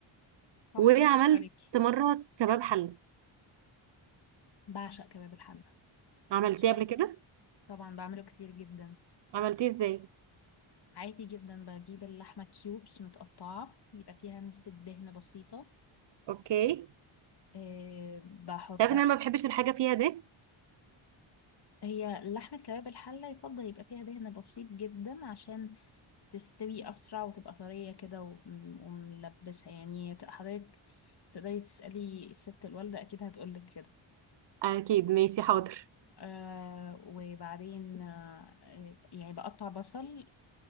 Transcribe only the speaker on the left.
تحفه
برافو عليكي
بعشق كباب الحلة
بعشقه
طبعا بعمله كتير جدا
عادي جدا بجيب اللحمة كيوبس متقطعة يبقى فيها نسبة دهن بسيطة
آه، بحطها
هي لحمة كباب الحلة يفضل يبقى فيها دهن بسيط جدا عشان تستوي أسرع وتبقى طرية كده و- وملبسها يعني ت- حضرتك تقدري تسألي الست الوالدة أكيد هتقولك كده
آه وبعدين آه آه، يعني بقطع بصل